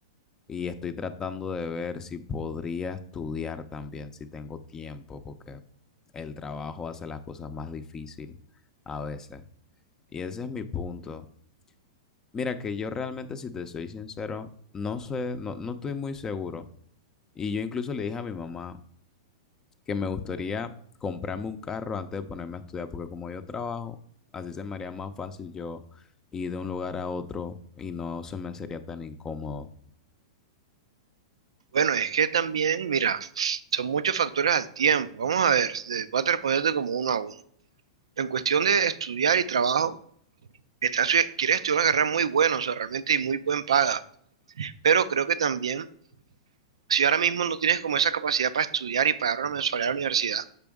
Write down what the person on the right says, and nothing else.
Bueno, es que también, mira, son muchos factores al tiempo. Vamos a ver, eh, voy a responderte como uno a uno. En cuestión de estudiar y trabajo, estás estudi- quieres estudiar una carrera muy buena, o sea, realmente y muy buen paga. Pero creo que también, si ahora mismo no tienes como esa capacidad para estudiar y pagar una mensualidad a la universidad,